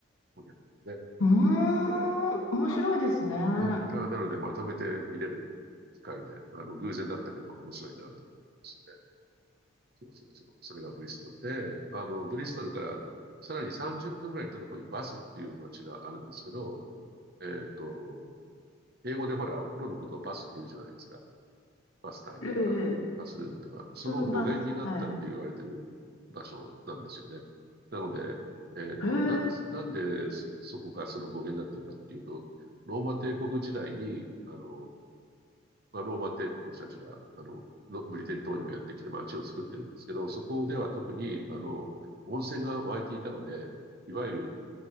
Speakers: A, on the right (about 50°); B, on the left (about 90°).
A: ここにあったので。
B: うーん、面白いですね。ん
A: うん。あ、なので、まとめて見れる機会で、あの、偶然だったけど、面白いなと思いましたね。そうそうそう。それがブリストルで、あの、ブリストルからさらに30分ぐらい行ったところにバスっていう街があるんですけど、えっと、英語でほら、お風呂のことをバスって言うじゃないですか。バスタイムとか、
B: ええ、
A: バスルームとか、その語源になったって言われてる場所なんですよね。
B: そのバス。はい。
A: なので、えっと、
B: へえ、
A: なんです、なんでそこがその語源になってるかっていうと、ローマ帝国時代に、あの、まあ、ローマ帝国の人たちが、あの、ロブリテン島にもやってきて街を作ってるんですけど、そこでは特に、あの、温泉が湧いていたので、いわゆる